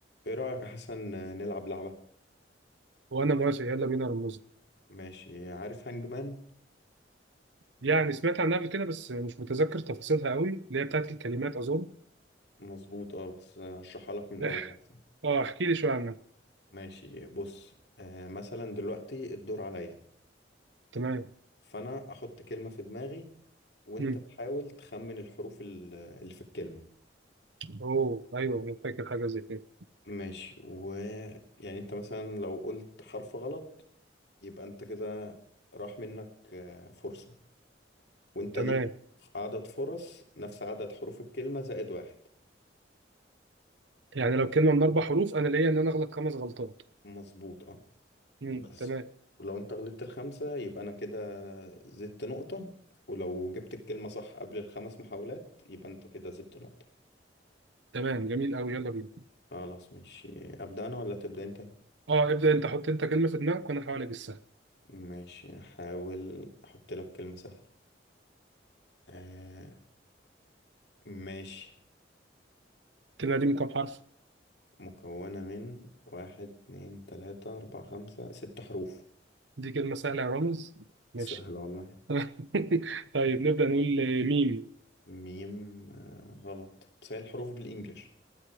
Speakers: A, on the left; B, on the right.
A: ايه رأيك يا حسن نلعب لعبة
B: وانا موافق يلا بينا رموز
A: ماشي عارف هانج مان
B: يعني سمعت عنها قبل كده بس مش متذكر تفاصيلها قوي اللي هي بتاعت الكلمات اظن
A: مظبوط اه بس هشرحها لك من
B: <laughs>
A: اول احسن
B: اه احكي لي شويه عنها
A: ماشي بص آه مثلا دلوقتي الدور عليا
B: تمام
A: فانا احط كلمة في دماغي وانت
B: مم.
A: تحاول تخمن الحروف ال- اللي في الكلمة
B: اوه ايوه انا فاكر حاجه زي كده
A: ماشي ويعني انت مثلا لو قلت حرف غلط يبقى انت كده راح منك آه، فرصة وانت
B: تمام
A: ليك عدد فرص نفس عدد حروف الكلمة زائد واحد
B: يعني لو كلمه من اربع حروف انا ليا ان انا اغلط خمس غلطات
A: مظبوط اه
B: مم.
A: بس
B: تمام
A: ولو انت غلطت الخمسة يبقى انا كده زدت نقطة ولو جبت الكلمة صح قبل الخمس محاولات يبقى انت كده زدت نقطة
B: تمام جميل قوي يلا بينا
A: خلاص ماشي ابدأ انا ولا تبدأ انت
B: اه ابدا انت حط انت كلمه في دماغك وانا هحاول اجسها
A: ماشي احاول احط لك كلمة سهلة آه ماشي
B: الكلمه دي من كام حرف
A: مكونة من واحد اتنين تلاتة اربعة خمسة ست حروف
B: دي كلمه سهله يا رامز ماشي
A: سهلة والله
B: <laughs> طيب نبدا نقول ميم
A: ميم آه غلط بس هي الحروف بالانجلش